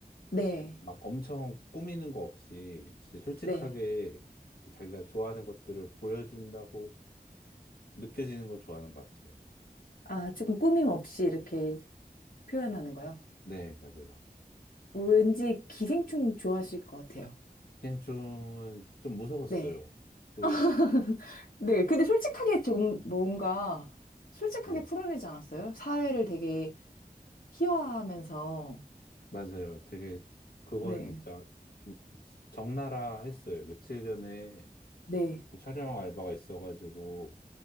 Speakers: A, on the left; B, on the left.
A: 네.
B: 막 엄청 꾸미는 거 없이, 진짜 솔직하게,
A: 네.
B: 이렇게 자기가 좋아하는 것들을 보여준다고 느껴지는 걸 좋아하는 것 같아요.
A: 아, 조금 꾸밈 없이 이렇게 표현하는 거요.
B: 네, 맞아요.
A: 왠지 기생충 좋아하실 것 같아요.
B: 기생충은 좀 무서웠어요.
A: 네. <laughs>
B: 그,
A: 네, 근데 솔직하게 조금 뭔가 솔직하게
B: 네,
A: 풀어내지 않았어요? 사회를 되게 희화화하면서
B: 맞아요. 되게, 그건
A: 네,
B: 진짜 좀 적나라 했어요. 며칠 전에
A: 네,
B: 그 촬영 알바가 있어가지고,